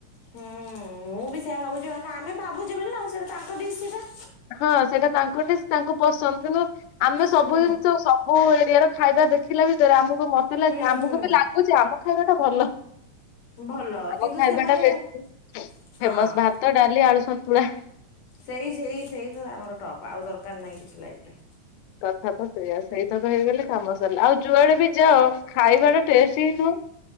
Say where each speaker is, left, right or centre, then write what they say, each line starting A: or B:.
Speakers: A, on the left; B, on the left.
A: ହୁଁ ମୁଁ ବି ସେୟଆ ଭାବୁଛିି ମାନେ ଆମେ ଭାବୁଛୁ ବୋଲି ନା ସେଇଟା ତାଙ୍କ ଡିଶି ଟା।
B: ହଁ ସେଇଟା ତାଙ୍କ ଡିସ୍ ତାଙ୍କୁ ପସନ୍ଦ କିନ୍ତୁ ଆମେ ସବୁ
A: ହୁଁ
B: ଜିନିଷ ସ ମୁଁ ଏରିଆ ର ଖାଇବା ଦେଖିଲା ଭିତରେ ଆମକୁ ମତେ ଲାଗେ
A: ହୁଁ
B: ଆମକୁ
A: ହୁଁ
B: ବି ଲାଗୁଚି ଆମ ଖାଇବା ଟା ଭଲ।
A: ଭଲ
B: ଆମ
A: କିନ୍ତୁ
B: ଖାଇବା
A: ସେମାନେ
B: ଟା
A: ବା
B: ବେଶି
A: ହଁ
B: ଫେମସ୍ ଭାତ ଡାଲି ଆଳୁ ସନ୍ତୁଳା।
A: ସେଇ ସେଇ ସେଇ ତ ଆମର ଟପ୍ ଆଉ ଦରକାର ନାହିଁ କିଛି ଲାଇଫ ରେ।
B: କଥା ତ ସେଇୟା ସେଇତକ ହେଇଗଲେ କାମ ସରିଲା ଆଉ ଯୁଆଡେ ବି ଯାଅ ଖାଇବା ଟା ଟେଷ୍ଟ ହିଁ ନୁହଁ।